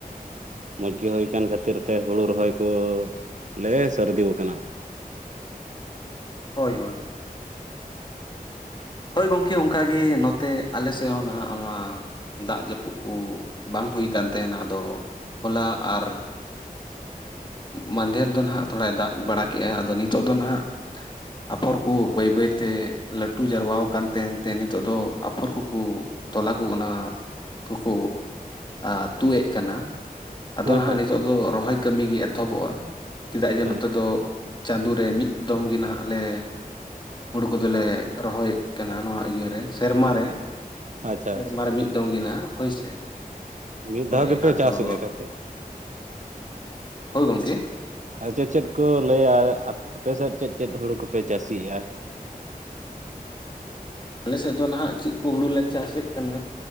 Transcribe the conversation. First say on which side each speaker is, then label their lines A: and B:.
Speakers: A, on the right (about 50°); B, on the left (about 30°).
A: ᱢᱚᱡᱽᱜᱮ ᱦᱩᱭ ᱠᱟᱱ ᱠᱷᱟᱹᱛᱤᱨᱛᱮ ᱦᱩᱲᱩ ᱨᱚᱦᱚᱭ ᱠᱚ ᱞᱮ ᱥᱟᱹᱨᱫᱤᱣ ᱠᱟᱱᱟ ᱟᱫᱚ᱾
B: ᱦᱳᱭ ᱦᱳᱭ, ᱦᱳᱭ ᱜᱚᱝᱠᱮ ᱚᱝᱠᱟᱜᱮ ᱱᱚᱛᱮ ᱟᱞᱮ ᱥᱮᱜ ᱦᱚᱸ ᱱᱟᱦᱟᱸᱜ ᱱᱚᱣᱟ ᱫᱟᱜᱽ ᱡᱟᱹᱯᱩᱜ ᱠᱩ ᱵᱟᱝ ᱦᱩᱭ ᱠᱟᱱ ᱛᱟᱦᱮᱸᱱᱟ ᱟᱫᱚ ᱦᱚᱞᱟ ᱟᱨ ᱢᱟᱸᱫᱷᱮᱨ ᱫᱚ ᱱᱟᱦᱟᱸᱜ ᱛᱷᱚᱲᱟᱭ ᱫᱟᱜᱽ ᱵᱟᱲᱟ ᱠᱮᱜᱼᱟ ᱟᱫᱚ ᱱᱤᱛᱚᱜ ᱫᱚ ᱱᱟᱦᱟᱸᱜ ᱟᱯᱷᱚᱨ ᱠᱩ ᱵᱟᱹᱭ ᱵᱟᱹᱭᱛᱮ ᱞᱟᱹᱴᱩ ᱡᱟᱨᱣᱟᱣ ᱠᱟᱱ ᱛᱮᱦᱮᱸᱱ ᱛᱮ ᱱᱤᱛᱚᱜ ᱫᱚ ᱟᱯᱷᱚᱨ ᱠᱩᱠᱩ ᱛᱚᱞᱟ ᱠᱩ ᱚᱱᱟ ᱠᱚᱠᱚ ᱟ ᱛᱩᱜᱼᱮᱜ ᱠᱟᱱᱟ᱾ ᱟᱫᱚ
A: ᱦᱳᱭ
B: ᱱᱟᱦᱟᱸᱜ
A: ᱦᱳᱭ
B: ᱱᱤᱛᱚᱜ ᱫᱚ ᱨᱚᱦᱚᱭ ᱠᱟᱹᱢᱤ ᱜᱮ ᱮᱛᱚᱦᱚᱵᱚᱜᱼᱟ ᱪᱮᱫᱟᱜ ᱡᱮ
A: ᱦᱳᱭ
B: ᱱᱚᱛᱮ ᱫᱚ ᱪᱟᱸᱫᱳ ᱨᱮ ᱢᱤᱫ ᱫᱚᱢ ᱜᱮ ᱱᱟᱦᱟᱸᱜ ᱞᱮ ᱦᱩᱲᱩ ᱠᱚᱫᱚᱞᱮ ᱨᱚᱦᱚᱭᱮᱜ ᱠᱟᱱᱟ ᱱᱚᱣᱟ ᱤᱭᱟᱹᱨᱮ ᱥᱮᱨᱢᱟ ᱨᱮ᱾
A: ᱟᱪᱪᱷᱟ
B: ᱥᱮᱨᱢᱟ
A: ᱟᱪᱪᱷᱟ ᱟᱪᱪᱷᱟ
B: ᱨᱮ ᱢᱤᱜ
A: ᱴᱷᱤᱠ
B: ᱫᱚᱝ ᱜᱮ ᱱᱟᱦᱟᱸᱜ ᱦᱳᱭ ᱥᱮ᱾
A: ᱢᱤᱫ
B: ᱦᱳᱭ
A: ᱫᱷᱟᱣ ᱜᱮᱯᱮ
B: ᱟᱫᱚ
A: ᱪᱟᱥᱮᱫᱼᱟ ᱠᱟᱛᱮ
B: ᱦᱳᱭ ᱜᱚᱝᱠᱮ,
A: ᱟᱪᱪᱷᱟ ᱪᱮᱫ ᱠᱚ ᱞᱮᱭᱟ ᱟᱯ ᱟᱯᱮ ᱥᱮᱫ ᱪᱮᱫ ᱪᱮᱫ ᱦᱩᱲᱩ ᱠᱚᱯᱮ ᱪᱟᱥ ᱜᱮᱭᱟ?
B: ᱟᱞᱮᱥᱮᱫ ᱫᱚ ᱱᱟᱦᱟᱸᱜ ᱪᱤᱜ ᱠᱩ ᱦᱩᱲᱩ ᱞᱮ ᱪᱟᱥᱮᱜ ᱠᱟᱱᱟ